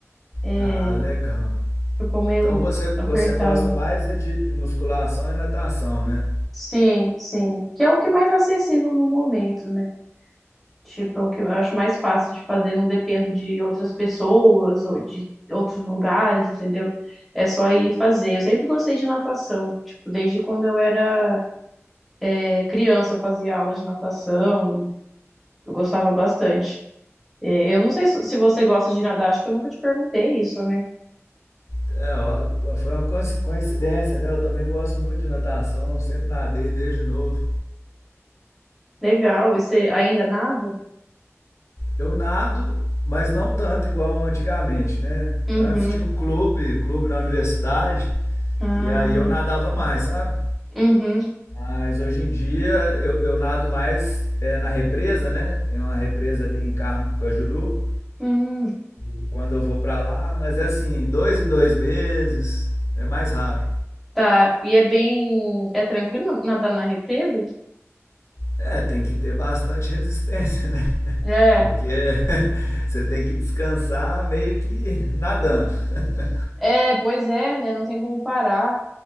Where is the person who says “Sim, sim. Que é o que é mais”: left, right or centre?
Centre